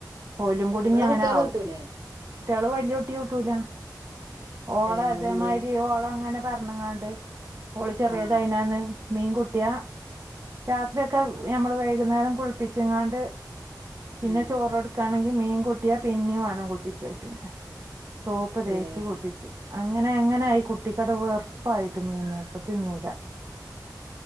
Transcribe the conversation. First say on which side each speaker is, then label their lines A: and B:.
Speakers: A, on the right; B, on the right.
A: ഓലും കൂടി
B: ഇവിടെ
A: ഇഞ്ഞങ്ങനാവും
B: കുട്ടികള് കിട്ടൂലേ
A: കുട്ട്യാള് വല്യ കുട്ടി കൂട്ടൂല ഓളെ
B: ഏഹ് അതെന്തേ
A: ഇതേമാ രി ഓളങ്ങനെ പറഞ്ങ്ങാണ്ട് ഓള് ചെറിയതായിനന്ന്
B: ആഹ്
A: മീൻ കൂട്ടിയ രാത്രിയൊക്കെ ഞമ്മള് വൈകുന്നേരം കുളിപ്പിച്ച്ങ്ങാണ്ട് പിന്നെ
B: ഉം
A: ചോറൊടുക്കാണെങ്കി മീൻ കുട്ടിയാ പിന്നിം വേണം കുളിപ്പിച്ച കുട്ടീനെ സോപ്പ് തേച്ച്
B: ഏഹ്
A: കുളിപ്പിച്ചും അങ്ങനെങ്ങനയി കുട്ടിക്കട് വെറുപ്പായിട്ട് മീന് ഇപ്പ തിന്നൂല